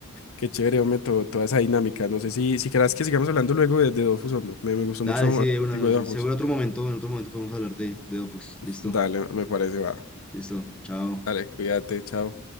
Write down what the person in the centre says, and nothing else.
Dale,
sí, de
una,
seguro
en otro momento, en otro momento podemos hablar de, de Dofus. Listo,
listo, chao.